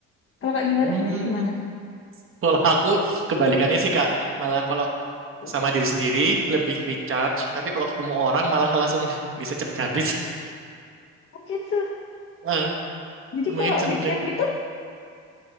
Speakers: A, on the left; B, on the right.
A: Kalau Kak Gimana
B: Hmm,
A: sendiri gimana?
B: kalau aku kebalikannya sih Kak malah kalau
A: Oh
B: sama diri sendiri lebih recharge tapi kalau ketemu orang malah langsung <laughs> bisa cepet habis.
A: gitu.
B: Eh,
A: Jadi
B: mungkin
A: kalau
B: cenderung
A: weekend gitu?